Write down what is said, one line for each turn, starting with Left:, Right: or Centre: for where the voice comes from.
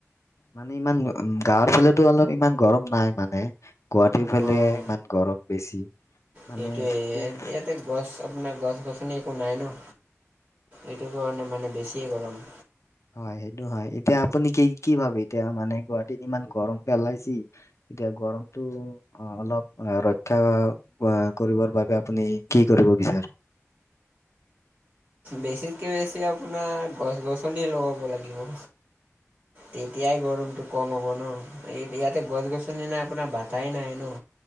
Left: মানে ইমান গাঁৱৰ ফালেতো অলপ ইমান গৰম নাই মানে। গুৱাহাটীৰ ফালে
Right: অঁ
Left: ইমান গৰম বেছি। মানে
Right: সেইটোৱে
Left: এতিয়া
Right: ইয়াতে গছ আপোনাৰ গছ গছনি একো নাই ন। এইটোৰ কাৰণে মানে বেছিয়ে গৰম।
Left: হয় সেইটো হয়। এতিয়া আপুনি কি কি ভাবে এতিয়া মানে গুৱাহাটীত ইমান গৰম পেলাইছি? এতিয়া গৰমটো অ', অলপ ৰক্ষা কৰিবৰ বাবে আপুনি কি কৰিব বিচাৰে?
Right: বেছিতকে বেছি আপোনাৰ গছ গছনি লগাব লাগিব।
Left: <inaudible>
Right: তেতিয়াই গৰমটো কম হ'ব ন এই ইয়াতে গছ গছনি নাই আপোনাৰ বাতাই নাই ন।